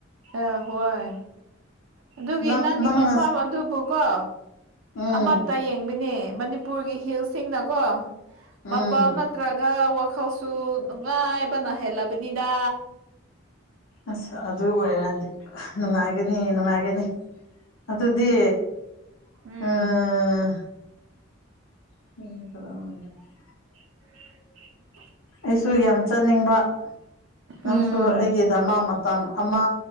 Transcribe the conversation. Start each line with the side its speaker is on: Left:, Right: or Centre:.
Right: ꯑ ꯍꯣꯏ ꯑꯗꯨꯒꯤ
Left: ꯅꯪ
Right: ꯅꯪꯒꯤ
Left: ꯅꯪꯅ
Right: ꯃꯐꯝ ꯑꯗꯨꯕꯨꯀꯣ
Left: ꯎꯝ
Right: ꯑꯃꯠꯇ ꯌꯦꯡꯕꯅꯦ ꯃꯅꯤꯄꯨꯔꯒꯤ ꯍꯤꯜꯁꯁꯤꯡꯅꯀꯣ ꯃꯄꯥꯜ
Left: ꯎꯝ
Right: ꯉꯛ ꯅꯠꯇ꯭ꯔꯒ ꯋꯥꯈꯜꯁꯨ ꯅꯨꯡꯉꯥꯏꯕꯅ ꯍꯦꯜꯂꯕꯅꯤꯗ
Left: ꯑꯁ ꯑꯗꯨ ꯑꯣꯏꯔꯗꯤ ꯅꯨꯡꯉꯥꯏꯒꯅꯤ ꯅꯨꯡꯉꯥꯏꯒꯅꯤ ꯑꯗꯨꯗꯤ
Right: ꯎꯝ
Left: ꯑꯥ <unintelligible>
Right: <unintelligible>
Left: ꯑꯩꯁꯨ ꯌꯥꯝ ꯆꯠꯅꯤꯡꯕ
Right: ꯎꯝ
Left: ꯅꯪꯁꯨ ꯑꯩꯒꯤꯗꯃꯛ ꯃ ꯇꯝ ꯑꯃ